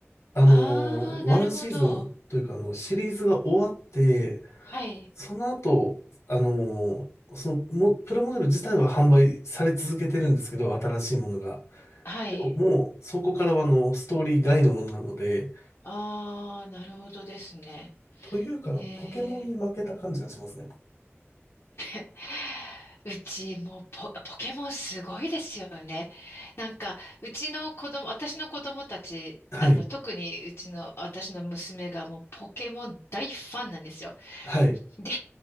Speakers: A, on the left (about 85°); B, on the left (about 65°).
A: あの
B: ああー、
A: ー、
B: なるほど。
A: ワンシーズンというかあの、シリーズが終わって、
B: はい、
A: その後、あのー、その、も、プラモデル自体は販売され続けてるんですけど、新しいものが。
B: はい。
A: でももう、そこからはあの、ストーリー外のものなので、
B: ああ、なるほどですね。
A: というかあの、
B: ええ。
A: ポケモンに負けた感じがしますね。
B: <sighs> うちもうポ、ポケモンすごいですよね。なんか、うちの子供、私の子供たち、
A: はい、
B: あの、特にうちの、私の娘がもうポケモン大ファンなんですよ。
A: はい、
B: <laughs> で、